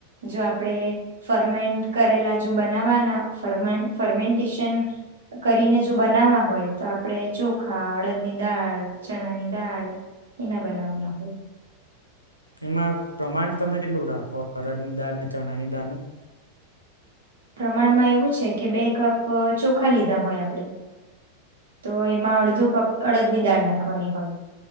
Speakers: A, on the right; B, on the left.
A: જો આપણેે ફરમેન્ટ કરેલા જો બનાવાના ફ ફર્મેન્ટેશન કરીને જો બનાવવા હોય, તો આપડણે ચોખા, અડદની દાળ, ચણાની દાળ, એના બનાવના હોય.
B: એમાં પ્રમાણ તમે કેટલું રાખો અડદની દાળને ચણાની દાળનું.
A: પ્રમાણમાં એવું છે કે બે કપ ચોખા લીધા હોય આપણે તો એમાં અડધો કપ અડદની દાળ નાખવાની હોય,